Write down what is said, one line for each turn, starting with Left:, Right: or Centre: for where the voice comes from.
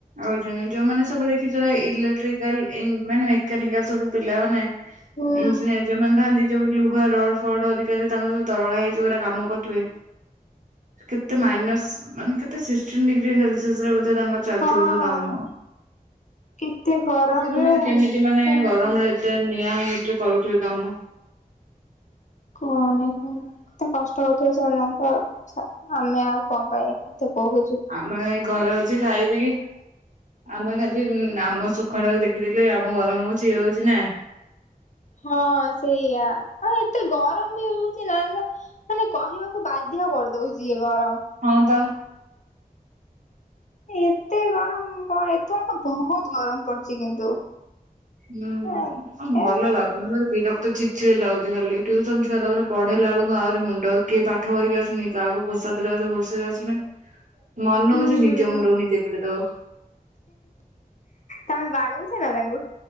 Right: ଆଉ ଜଣେ ଯଉମାନେ ସବୁ ଦେଖିଥିବ ଇଲେକ୍ଟ୍ରିକାଲ୍ ଇଂ- ମାନେ ମେକାନିକାଲ୍ ସବୁ ପିଲାମାନେ ଇଂଜିନିୟର
Left: ହୁଁ
Right: ଯଉମାନେ ଥାଆନ୍ତି ଯଉ ଲୁହା ରଡ୍ ଫଡ୍ ହେରିକା ରେ ତାଙ୍କର ସବୁ ତରଳା ହେଇଯଉ ଗୁରା କାମ କରୁଥିବେ କେତେ ମାଇନସ୍ ମାନେ କେତେ ସିକ୍ସ୍ଟିନ୍ ଡିଗ୍ରୀ ସେଲସିଅସ୍ ରେ ତାଙ୍କ
Left: ହଁ
Right: <unintelligible> କାମ
Left: କେତେ ଗରମରେ
Right: ସେମାନେ କେମିତି
Left: ତ
Right: ମାନେ
Left: କୁହନି
Right: ଗରମରେ। ଏତେ ନିଆଁ ହେଇଛିି କରୁଥିବେ କାମ।
Left: କଣ ନାଇଁ କଣ ଏତେ କଷ୍ଟ ହଉିବ ସେମାନଙ୍କୁ ଆମେ ଆଉ କଣ ପାଇଁ ଏତେ କହୁଛୁ।
Right: ଆମେ ଏଇ ଘରେ ଅଛି ଖାଇ ପିକି ଆମେ ଖାଲି ଆମ ଶୁଖଟାକୁ ଦେଖିଦେଲେ ଆମ ଗରମ ହଉଛି ଇଏ ହଉଛି ନା?
Left: ହଁ ସେଇଆ ଆ ଏତେ ଗରମ ବି ହଉଛି ନା ମାନେ କହିବାକୁ ବାଧ୍ୟ କରିଦଉ ଚି ଏ ଗରମ
Right: ହଁ ବା।
Left: ଏତେ ଗରମ କଣ ଏଥର ବହୁତ ଗରମ ପଡିଛି କିନ୍ତୁ।
Right: ହୁଁ
Left: ଏ
Right: ଆଉ ଭଲ ଲାଗୁ ଆ ବିରକ୍ତ ଚିଡି ଚିଡି ଲାଗୁଛି ଖାଲି ନେ ଟ୍ୟୁସନ୍ ଛୁଆ ପଢେଇଲା ବେଳକୁ ଆହୁରି ମୁଣ୍ଡ କିଏ ପାଠ କରିକି ଆସୁନି, କାହାକୁ ଘୋସା ଦେଲାବେଳକୁ ଘୋଷିକି ଆସୁନି। ମନେ
Left: ହୁଁ
Right: ହଉଛି ନିଜ ମୁଣ୍ଡକୁ ନିଜେ ପିଟି ଦେବାକୁ।
Left: ତମେ ବାଡଉଛ ନା ତାଙ୍କୁ?